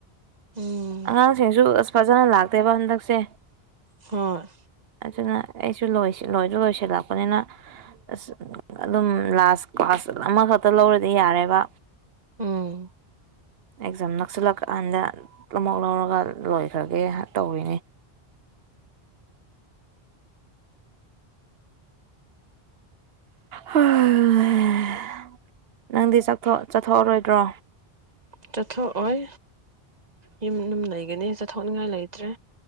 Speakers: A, on the right; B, on the right.
A: ꯎꯝ
B: ꯑꯉꯥꯡꯁꯤꯡꯁꯨ ꯑꯁ ꯐꯖꯅ ꯂꯥꯛꯇꯦꯕ ꯍꯟꯗꯛꯁꯦ
A: ꯍꯣꯏ
B: ꯑꯗꯨꯅ ꯑꯩꯁꯨ ꯂꯣꯏꯁꯨ ꯂꯣꯏꯁꯤꯜꯂꯛꯄꯅꯤꯅ ꯑꯁ ꯑꯗꯨꯝ ꯂꯥꯁ ꯀ꯭ꯂꯥꯁ ꯑꯃꯈꯛꯇ ꯂꯧꯔꯗꯤ ꯌꯥꯔꯦꯕ
A: ꯎꯝ
B: ꯑꯦꯛꯖꯥꯝ ꯅꯛꯁꯂ ꯀꯥꯟꯗ ꯑꯃꯨꯛ ꯂꯧꯔꯒ ꯂꯣꯏꯈ꯭ꯔꯒꯦ ꯇꯧꯔꯤꯅꯤ <unintelligible> ꯅꯪꯗꯤ ꯆꯠꯊꯣꯛꯑꯔꯣꯏꯗ꯭ꯔꯣ
A: ꯆꯠꯊꯣꯛꯑꯣꯏ ꯌꯨꯝ ꯑꯗꯨꯨꯝ ꯂꯩꯒꯅꯤ ꯆꯠꯊꯣꯛꯅꯤꯡꯉꯥꯏ ꯂꯩꯇ꯭ꯔꯦ